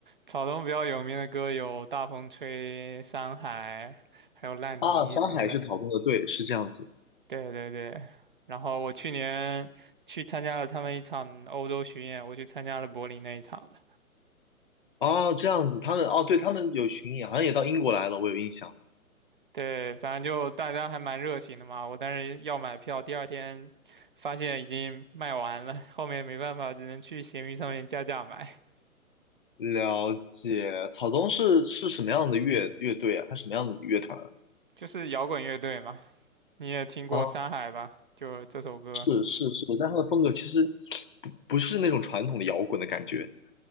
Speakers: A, on the right (about 35°); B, on the left (about 35°).
A: 草东比较有名的歌有《大风吹》《山海》，还有《烂泥》什么的。
B: 啊，山海是草东的，队是这样子。
A: 对对对，然后我去年去参加了他们一场欧洲巡演，我去参加了柏林那一场的。
B: 哦，这样子，他们哦，对，他们有巡演，好像也到英国来了，我有印象。
A: 对，反正就大家还蛮热情的嘛。我当时要买票，第二天发现已经卖完了，后面没办法，只能去闲鱼上面加价买。
B: 了解，草东是是什么样的乐乐队啊？他什么样子的乐团
A: 就是摇滚乐队嘛，你也听过《山海》吧？
B: 啊，啊
A: 就这首歌。
B: 是是是，但他的风格其实不不是那种传统的摇滚的感觉。